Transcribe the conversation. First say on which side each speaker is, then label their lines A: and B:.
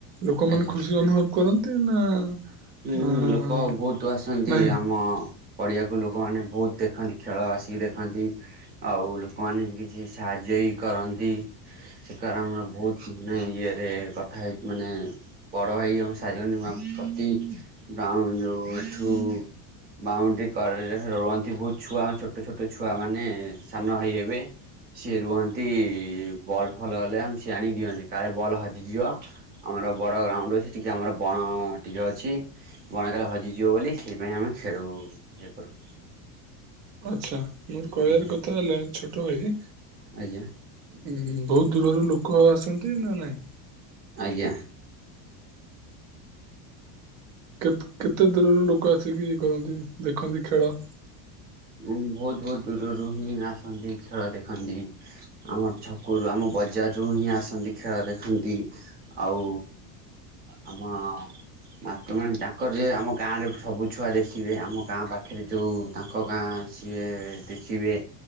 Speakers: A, on the right; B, on the right.
A: ଲୋକମାନେ
B: ଆଜ୍ଞା।
A: ଖୁସି ଅନୁଭବ କରନ୍ତି? ନା
B: ହୁଁ
A: ଅଁ
B: ହୁଁ ଲୋକ ବହୁତ ଆସନ୍ତି,
A: ନାହିଁ
B: ଆମ ପଡିଆକୁ ଲୋକମାନେ ବହୁତ ଦେଖନ୍ତି ଖେଳ ଆସିକି ଦେଖନ୍ତି। ଆଉ ଲୋକମାନେ କିଛି ସାହାଯ୍ୟ ବି କରନ୍ତି। ସେ କାର ଆମର ବହୁତ ମାନେ ଇଏରେ କଥା ହେଇକି ମାନେ ବଡ ଭାଇ ଆମ ସା <unintelligible> ପ୍ରତି ଗାଁ ଯୋଉ ଏଠୁ ବାଉଣ୍ଡି କରେ ରୁହନ୍ତି ବହୁତ ଛୁଆ ଛୋଟ ଛୋଟ ଛୁଆ ମାନେ ସାନ ଭାଇ ହେବେ। ସିଏ ରୁହନ୍ତି ବଲ୍ ଫଲ ହେଲେ ଆନ ସିଏ ଆଣି ଦିଅନ୍ତି କାଳେ ବଲ୍ ହଜିଯିବ। ଆମ ଆମର ବଡ଼ ଗ୍ରାଉଣ୍ଡ ଅଛି, ଟିକେ ଆମର ବଣ ଟିକେ ଅଛି। ବଣରେ କାଳେ ହଜିଯିବ ବୋଲି ସେଥିପାଇଁ ଆମେ ଖେଳୁ ଇଏ କରୁ।
A: ଆଚ୍ଛା ମୋର କହିବାର
B: ଆଜ୍ଞା
A: କଥା ହେଲା ଛୋଟ ଭାଇ
B: ଆଜ୍ଞା
A: ଉଁ ବହୁତ ଦୂରରୁ ଲୋକ ଆସନ୍ତି ନା ନାଇଁ।
B: ଆଜ୍ଞା।
A: କେତ କେତେ ଦୂରରୁ ଲୋକ ଆସିକି ଇଏ କରନ୍ତି ଦେଖନ୍ତି ଖେଳ?
B: ଉ ବହୁତ ବହୁତ ଦୂରରୁ ହିଁ ଆସନ୍ତି ଖେଳ ଦେଖନ୍ତି, ଆମର ଛକରୁ ଆମ ବଜାରରୁ ହିଁ ଆସନ୍ତି ଖେଳ ଦେଖନ୍ତି। ଆଉ ଆମ <unintelligible> ମେଣ୍ଟ ମାନେ ତାଙ୍କର ଯେ ଆମ ଗାଁ ରେ ସବୁ ଛୁଆ ଦେଖିବେ ଆମ ଗାଁ ପାଖେରେ ଯୋଉ ତା ତାଙ୍କ ଗାଁ ସିଏ ଦେଖିବେ